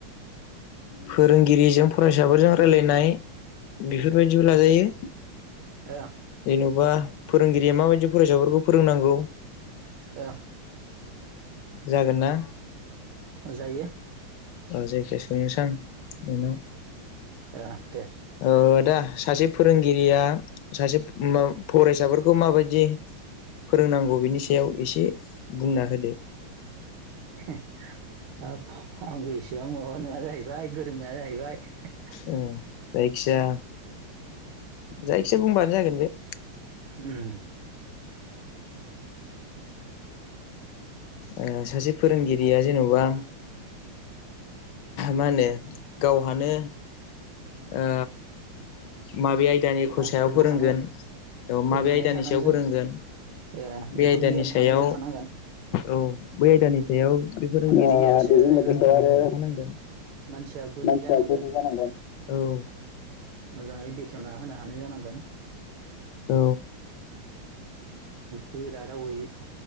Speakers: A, on the left; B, on the right.
A: फोरोंगिरिजों फरायसाफोरजों रायलायनाय बेफोरबायदिबो लाजायो
B: ओ
A: जेनबा फोरोंगिरिया माबायदि फरायसाफोरखौ फोरोंनांगौ
B: ओ
A: जागोन ना
B: जायो
A: जायखिया सोंनोसां नोंनाव
B: ओ दे
A: ओ दा सासे फोरोंगिरिया सासे फरायसाफोरखौ माबायदि दि फोरोंनांगौ बिनि सायाव एसे बुंना होदो
B: हे हाब आंबो इसेबां माबा नङा जाहैबाय गोरों नङा जाहैबाय
A: उम जायखिया जायखिजाया बुंबानो जागोन बे
B: उम
A: ओ सासे फोरोंगिरिया जेनबा मा होनो गावहानो ओ माबे आयदानिखौ
B: ओ
A: सायाव
B: रोंखानाय
A: फोरोंगोन औ
B: रोंखानाय
A: माबे आयदानि
B: थानांगोन
A: सायाव फोरोंगोन
B: ओ
A: बे
B: बेखौ
A: आयदानि
B: गियान
A: सायाव
B: थानाय जाखानांगोन
A: औ बे आयदानि सायाव बे ओ फोरोंगिरि
B: बेजों लोगोसे आरो
A: होनांगोन
B: मानसिया गुरै
A: मानसिया
B: जानांगोन
A: गुरै जानांगोन औ
B: मोजाङै बेखेवना होनो हानाय जानांगोन
A: औ
B: गोरा रावै